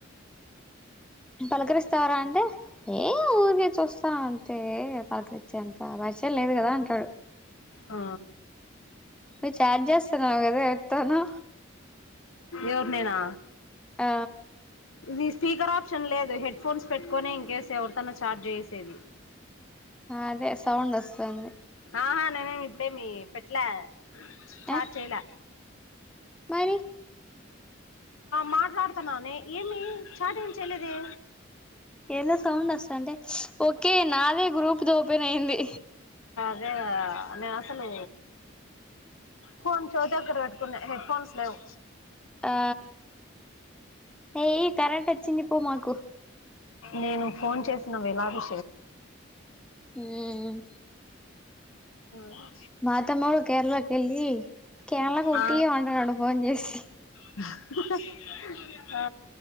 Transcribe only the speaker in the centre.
పలకరిస్తారా అంటే ఏ ఊరికే చూస్తా అంతే పలకరించేంత పరిచయం లేదు కదా అంటాడు
నువ్వు చాట్ చేస్తున్నావ్ కదా ఎవరితోనో
ఆ
అదే సౌండ్ వస్తుంది
ఏ
మరి
ఏందో సౌండ్ వస్తంటే ఓకే నాదే గ్రూప్ ది ఓపెన్ అయింది
ఆ ఏయ్ కరెంట్ వచ్చింది పో మాకు
హుమ్
మా తమ్ముడు కేరళ కెళ్ళీ కేరళ కుట్టీ
అంటున్నాడు ఫోన్ చేసి